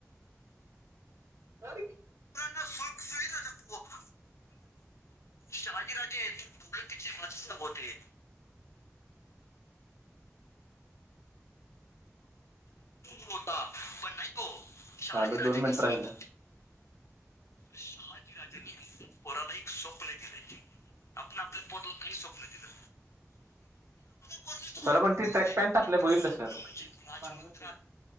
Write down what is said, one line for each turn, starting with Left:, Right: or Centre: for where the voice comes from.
Right: जाऊ दे की
Left: <unintelligible> शिवाजीराजे तर तूर्त्याची मस्तक होते. होता पण नाही ग शहाजी
Right: झालं
Left: राजांनी
Right: दोन मिनिटं
Left: संप
Right: राहिलं
Left: शहाजी. <inaudible> <unintelligible> राज परालय <inaudible> स्वप्न दिलं आपण आपल्या पोटला काही स्वप्न दिलं <inaudible>
Right: चर पण ती
Left: दिलंय
Right: ट्रॅक पॅन्ट टाकलं
Left: आणि ते
Right: बघितलस
Left: स्वप्न
Right: का तू? तर
Left: म्हणजे एक राजमुद्रा